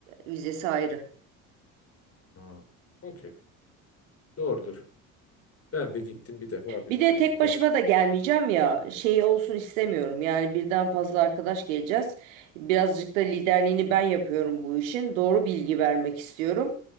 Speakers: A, on the right; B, on the left.
A: Vizesi ayrı.
B: Ha, okey. Doğrudur. Ben bir gittim bir defa bir
A: Bir
B: Zürih'te.
A: de tek başıma da gelmeyeceğim ya. Şey olsun istemiyorum. Yani birden fazla arkadaş geleceğiz. Birazcık da liderliğini ben yapıyorum bu işin. Doğru bilgi vermek istiyorum.